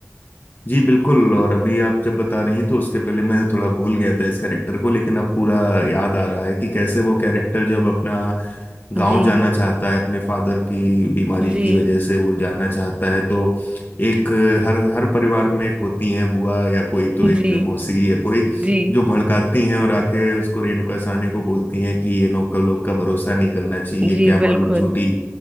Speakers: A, on the left; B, on the right.
A: जी बिल्कुल और अभी आप जब बता रही हैं तो उसके पहले मैं थोड़ा भूल गया था इस कैरेक्टर को लेकिन अब पूरा याद आ रहा है कि कैसे वो कैरेक्टर जब अपना गांव
B: जी
A: जाना चाहता है अपने फादर की बीमारी
B: जी
A: की वजह से वो जाना चाहता है तो एक हर हर परिवार में एक होती हैं बुआ या कोई तो एक
B: जी
A: मौसी या कोई
B: जी
A: जो भड़काती हैं और आके उसको रेणुका साहनी को बोलती हैं कि ये नौकर लोग का भरोसा नहीं करना चाहिए
B: जी
A: क्या मालूम
B: बिल्कुल
A: झूठी